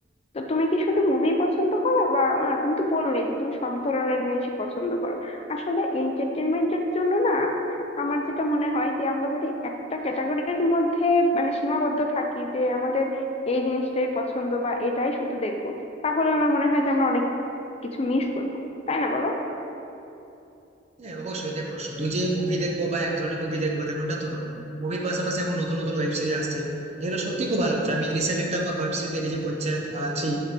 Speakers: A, on the left; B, on the right.
A: তো তুমি কি শুধু মুভি পছন্দ করো বা আহ, তুমি তো বললেই যে তুমি সব ধরনের জিনিসই পছন্দ করো আসলে এন্টারটেনমেন্টের জন্য না আমার যেটা মনে হয় যে আমরা যদি একটা ক্যাটাগরির মধ্যে মানে সীমাবদ্ধ থাকি যে আমাদের এই জিনিসটাই পছন্দ বা এটাই শুধু দেখবো তাহলে আমার মনে হয় যে আমরা অনেক কিছু মিস করব তাই না বলো
B: হ্যাঁ অবশ্যই দেখো শুধু যে মুভি দেখবো বা এক ধরনের মুভি দেখবো তেমনটা তো নয় মুভির পাশাপাশি এখন নতুন নতুন ওয়েব সিরিজ আসছে যেগুলো সত্যি খুব ভালো হচ্ছে আমি রিসেন্ট একটা ওয়েব সিরিজ দেখেছি পঞ্চায়েত থ্রি